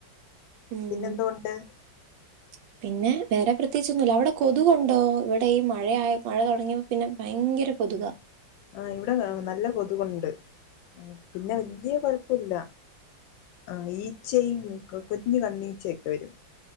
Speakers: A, on the right; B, on the left.
A: ഉം
B: പിന്നെന്തോ ഉണ്ട്
A: <inaudible> പിന്നെ വേറെ പ്രത്യേകിചൊന്നുല്ല അവിടെ കൊതുകുണ്ടോ ഇവിടെ ഈ മഴയ മഴ തൊടങ്ങിപ്പം പിന്നെ ഭയങ്കര കൊതുകാ
B: ആഹ് ഇവിടെ നല്ല കൊതുകുണ്ട് പിന്നെ വലൃയ കൊഴപ്പല്ല ആഹ് ഈച്ചയും കുഞ്ഞ് കണ്ണീച്ചയൊക്കെ വരും